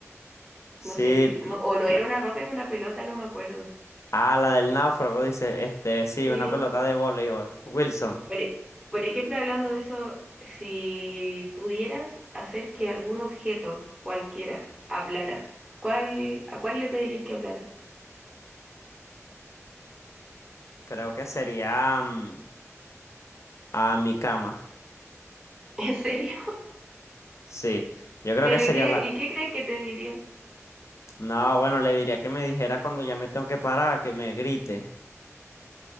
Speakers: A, on the left (about 65°); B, on the right (about 15°).
A: Sí,
B: no sé si, no, o no
A: la,
B: era una roca, era una pelota, no me acuerdo.
A: ah, la del náufrago dice, este, sí,
B: Sí,
A: una pelota de voleibol. Wilson.
B: Por, e- por ejemplo, hablando de eso, si pudieras hacer que algún objeto, cualquiera, hablara, ¿cuál, a cuál le pedirías que hablara?
A: Creo que sería mm, a mi cama.
B: <laughs> ¿En serio?
A: Sí, yo creo
B: ¿Pero
A: que sería
B: qué,
A: la...
B: y qué crees que te diría?
A: No, bueno, le diría que me dijera cuando ya me tengo que parar, que me grite.